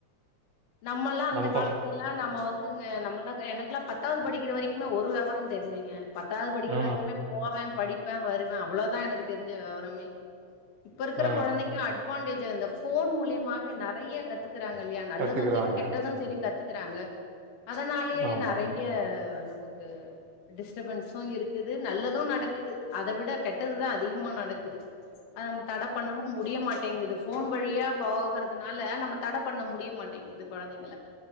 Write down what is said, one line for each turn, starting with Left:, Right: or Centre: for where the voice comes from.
Left: நம்மல்லா அந்த
Right: நம்ம
Left: காலத்தில்
Right: பச
Left: ல்லா நம்ம வந்துங்க நம்மல்லா எனக்லா பத்தாவுது படிக்கிற வரைக்குமே ஒரு வெவரோ தெரிலிங்க பத்தாவுது படிக்கிற
Right: ஆ
Left: வரைக்குமே போவ படிப்ப வருவ அவ்ளோதா எனக்கு தெரிஞ்ச வெவரமே இப்ப இருக்கிற
Right: ஆ
Left: கொழந்தைக்கி அட்வான்டேஜ் அந்த ஃபோன் மூலமாவே நறைய கத்துக்கறாங் இல்லயா நல்லது
Right: கத்துக்குறாங்க
Left: சேரி கத்துக்கறாங்க அதனாலயே
Right: ஆமா
Left: நெறைய நமக்கு டிஸ்ட்டபன்ஸு இருக்குது நல்லது நடக்குது அத விட கெட்டதுதா அதிகமா நடக்குது அத நம்ம தட பண்ணவு முடிய மாட்டேங்குது ஃபோன் வழியா போகறதுனால நம்ம தட பண்ண முடிய மாட்டேங்குது கொழந்தைங்கள